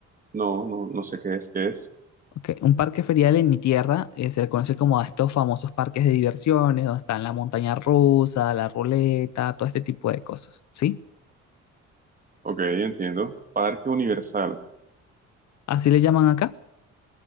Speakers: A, on the right; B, on the left.
A: no, no, no sé qué es, qué es,
B: Ok, Un parque ferial en mi tierra eh, se le conoce como a estos famosos parques de diversiones, donde están la montaña rusa, la ruleta, todo este tipo de cosas, ¿sí?
A: ok, entiendo, Parque Universal,
B: Así le llaman acá,